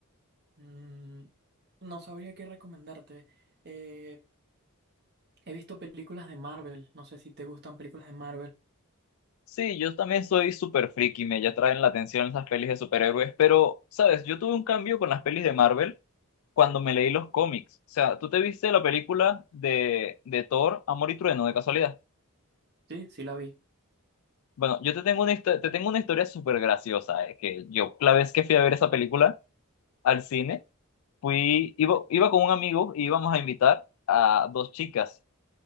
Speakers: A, on the right; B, on the left.
A: mm, no sabría qué recomendarte. Eh, he visto películas de Marvel. No sé si te gustan películas de Marvel.
B: Sí, yo también soy súper friki, me ya traen la atención esas pelis de superhéroes, pero, ¿sabes? Yo tuve un cambio con las pelis de Marvel cuando me leí los cómics. O sea, ¿tú te viste la película de, de Thor, Amor y Trueno, de casualidad?
A: Sí, sí la vi.
B: Bueno, yo te tengo una, histo- te tengo una historia súper graciosa, eh, que yo la vez que fui a ver esa película al cine, fui, iba, iba con un amigo y íbamos a invitar a dos chicas.